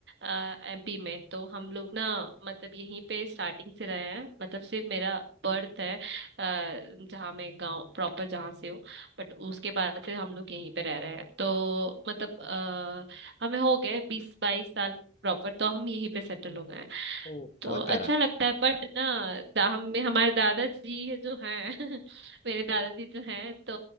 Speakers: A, on the right; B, on the left.
A: एमपी में तो हम लोग ना मतलब यहीं पे स्टार्टिंग से रहे हैं मतलब सिर्फ मेरा बर्थ है आ, जहाँ मैं गांव प्रॉपर जहाँ से हूँ बट उसके बाद से हम लोग यहीं पे रह रहे हैं तो मतलब आ, हमें हो गए बीस बाईस साल प्रॉपर तो हम यहीं पे सेटल हो गए हैं
B: ओ
A: तो
B: बहुत
A: अच्छा
B: प्यारा
A: लगता है बट ना दा, हम हमारे दादाजी जो हैं <laughs> मेरे दादाजी जो हैं तो